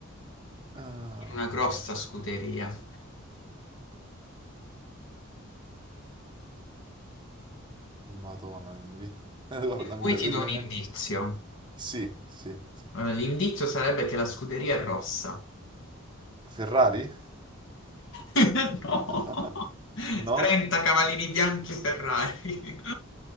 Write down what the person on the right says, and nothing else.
Ah,
Madonna, mi vi- <laughs> guarda, mi
verrebbe
in mente.
Sì, sì, sì.
Ferrari?
<laughs> No?